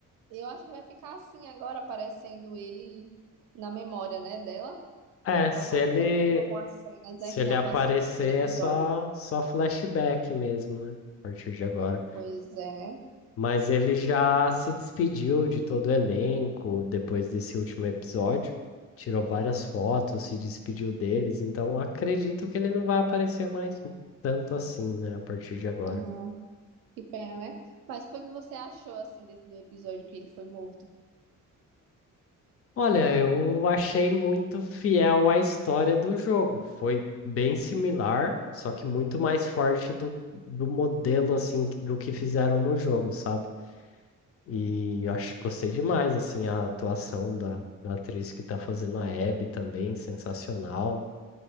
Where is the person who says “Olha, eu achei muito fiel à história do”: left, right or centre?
Left